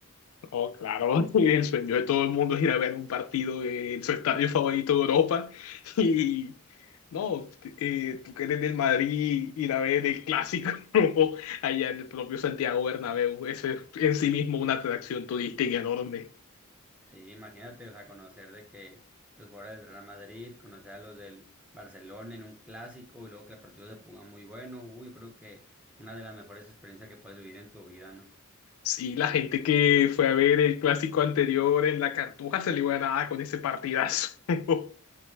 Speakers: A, on the left; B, in the centre.
A: Oh, claro, <laughs> el sueño de todo el mundo es ir a ver un partido en su estadio favorito de Europa. <laughs> Y no, eh, tú que eres del Madrid, ir a ver el clásico <laughs> allá en el propio Santiago Bernabéu. Eso es en sí mismo una atracción turística enorme.
B: Sí, imagínate, o sea, conocer de que los jugadores del Real Madrid, conocer a los del Barcelona en un clásico y luego que el partido se ponga muy bueno, uy, yo creo que una de las mejores experiencias que puedes vivir en tu vida, ¿no?
A: Sí, la gente que fue a ver el clásico anterior en la Cartuja se le iba a dar con ese partidazo. <laughs>